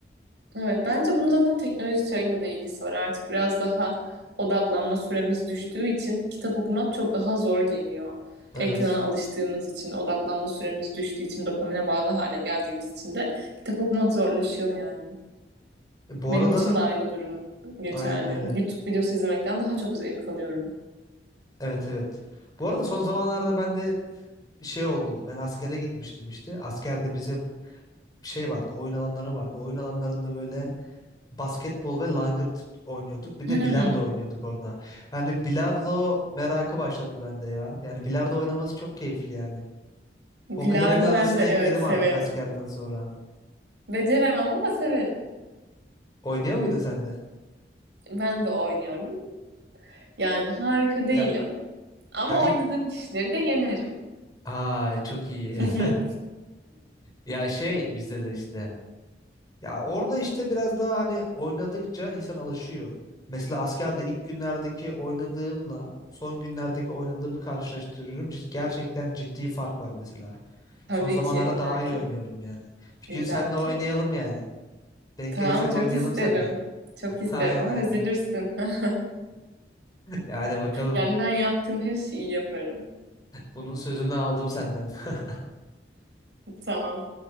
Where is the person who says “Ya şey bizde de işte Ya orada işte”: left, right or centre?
Left